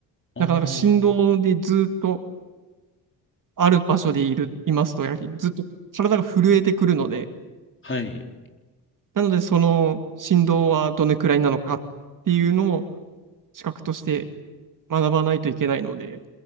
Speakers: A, on the left (about 30°); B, on the right (about 50°).
A: あ
B: なかなか振動でずっと、
A: あ、
B: ある場所でいる、いますと、やはりずっと体が震えてくるので、
A: はい。
B: なので、その振動はどのくらいなのかっていうのも、資格として学ばないといけないので、